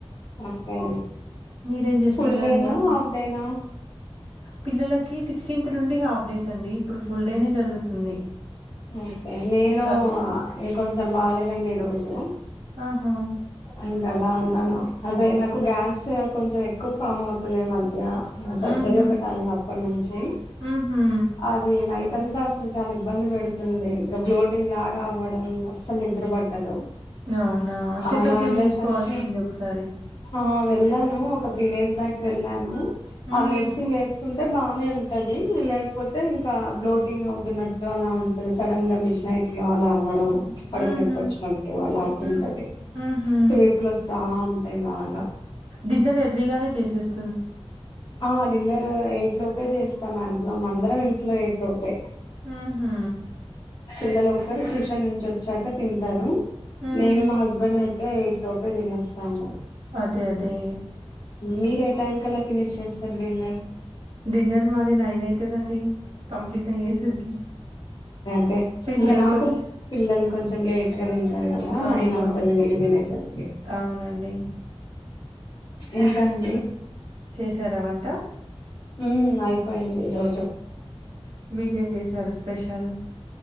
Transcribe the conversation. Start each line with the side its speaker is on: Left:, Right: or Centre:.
Left: ఓకే
Right: మీరేం చేస్తున్నారు
Left: ఫుల్ డేనా హాఫ్ డేనా
Right: పిల్లలకి సిక్స్టీన్త్ నుండి హాఫ్ డేస్ అండి ఇప్పుడు ఫుల్ డేనే జరుగుతుంది
Left: ఓకే నేను
Right: క
Left: కొంచెం బాలేేదండి ఈ రోజు
Right: ఆహా
Left: అవు అలా ఉన్నాను అదే నాకు గ్యాస్ కొంచెం ఎక్కువ ఫామ్ అవుతుంది మధ్య సర్జరీ
Right: మ్హూ
Left: ఒక్కటియేది అప్పటి నుంచి
Right: మ్హూ
Left: అది నైట్ ఎంత అసలు చాలా ఇబ్బంది పడుతుంది ఇంకా బ్లోటింగ్ లాగా అవ్వడం అస్సలు నిద్ర పట్టదు
Right: అవునా
Left: అలా
Right: చెకప్ చేపించుకోవాల్సింది
Left: ఉండేసరికి
Right: ఒకసారి
Left: ఆ వెళ్ళాను ఒక త్రి డేస్ బక్ వెళ్ళాను
Right: హ్మ్.
Left: ఆ మెసిన్ వ అంటే బాగానే ఉంటది లేకపోతే ఇంకా బ్లోటింగ్ అవుతున్నట్టు అలా ఉంట అది సడన్ గా మిడ్ నైట్ లో వాలా అవడం కడుకు
Right: హుహు.
Left: నొప్పు వచ్చినట్టు అలా అవుతుంటది
Right: హ్మ్. హుహు.
Left: టేపులు వస్తా ఉంటాయి బాగా
Right: డిన్నర్ ఎర్లీగానే చేసేస్త
Left: ఆ డిన్నర్ ఎయిట్ లోపే చేస్తా మాక్సిమం అందరం ఇంట్లో ఎయిట్ లోపే
Right: హ్మ్ హు
Left: పిల్లలు ఒక్కరు ట్యూషన్ నుంచి వచ్చాక తింటారు
Right: హ్మ్.
Left: నేను మా హస్బెండ్ అతే ఎయిట్ లోపే తినేస్తాము
Right: అదే. అదే.
Left: మీరే టై కలా ఫినిష్ చేస్తారు డిన్నర్
Right: డిన్నర్ మాది నైన్ అవుతుందండి కంప్లీట్ అయ్యేసరికి
Left: తె
Right: పిల్లలు
Left: ఇంకా నాకు
Right: కొంచెం
Left: పిల్లలు కొంచం లేట్గా తెలు టారు కదా
Right: అవునవును.
Left: నైన్ అవుతది వీళ్ళు తినేసరికి
Right: అవునండి.
Left: ఇంకా అండి
Right: చేశారా వంట
Left: ఉ అయిపోయింది ఈ రోజు
Right: మీరేం చేశారు స్పెషల్